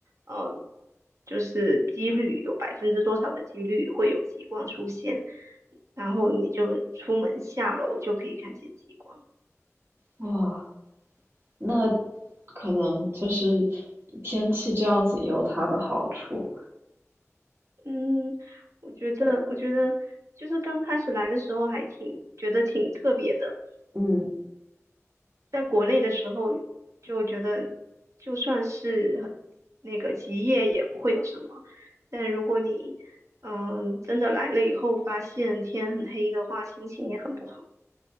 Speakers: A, on the right; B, on the right.
A: 呃，就是几率有百分之多少的几率会有极光出现，然后你就出门下楼就可以看见极光。
B: 候，哇。那可能就是天气这样子也有它的好处。
A: 嗯，我觉得，我觉得就是刚开始来的时候还挺觉得挺特别的。
B: 嗯，
A: 在国内的时候就觉得，就算是很那个极夜也不会有什么，但如果你嗯真的来了以后，发现天很黑的话，心情也很不好。